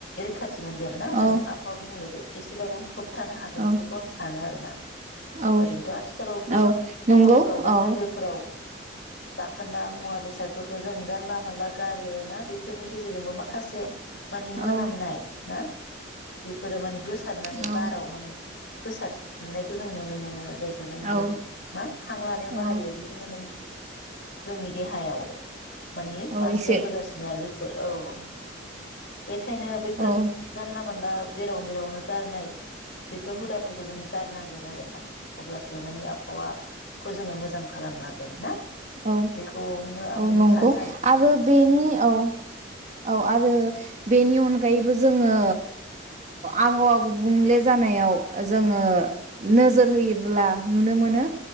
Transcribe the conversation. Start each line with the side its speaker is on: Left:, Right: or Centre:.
Left: रैखा थि मोनगोन ना जों
Right: औ
Left: आबहावा गुबुंलेखौ एसेबाबो होबथानो हागोन
Right: औ
Left: बेखौ आं सानो आरो। ओ।
Right: औ
Left: ओरैनोथ' आथिखालाव गोबां
Right: औ
Left: सहरफ्राव
Right: नंगौ
Left: बा
Right: औ
Left: नोगोरफोराव जाखोन्दा। मुवा बेसादफोरखौ जों जानला मोनला गारो ना बेफोरनि गेजे जे जोंबो माखा बे माने मोनामनाय
Right: औ
Left: ना। बेफोरो मानि गोसारनानै
Right: औ
Left: बाराव मानि गोसाद नायखौ जों नुनो मोनो जाय जों
Right: औ
Left: जों मा हां लानायाव बाहायो
Right: औ
Left: बेजोंनो मानि जोंनि देहायाव। माने
Right: औ
Left: बास्लायबोगासिनो
Right: एसे
Left: आरो बे ओ औ। बेखायनो बेफोर
Right: औ
Left: जानला मोनला। जेराव मेरावनो गारनाय बेफोर हुदाफोरखौ जोङो गारनांगोन आरो ना अब्लासो माने आबहावाखौ जोङो मोजां खालामनो हागोन ना।
Right: औ
Left: बेखौनो आं
Right: औ नंगौ
Left: सानो
Right: आरो बेनि औ। औ आरो बेनि अनगायैबो जोङो आबहावा गुबुंले जानायाव जोङो नोजोर होयोब्ला नुनो मोनो